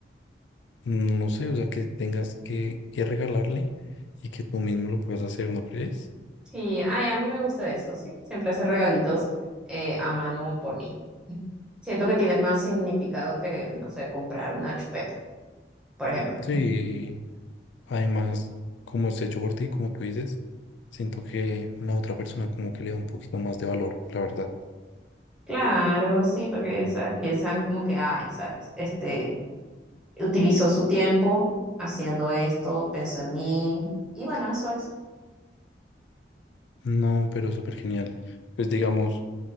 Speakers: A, on the left (about 85°); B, in the centre.
A: mm, no sé, o sea, que tengas que, que regalarle y que tú mismo lo puedas hacer, ¿no crees?
B: sí, ay, a mí me gusta eso, sí. Siempre hacer regalitos eh, a mano por mí. Siento que tiene más significado que, no sé, comprar una chupeta, por ejemplo.
A: Sí, además, como es hecho por ti, como tú dices, siento que la otra persona como que le da un poquito más de valor, la verdad.
B: Claro, sí, porque, ¿sabes? Piensan como que, ay, ¿sabes? Este, utilizó su tiempo haciendo esto, pensó en mí, y bueno, eso es.
A: No, pero súper genial. Pues digamos.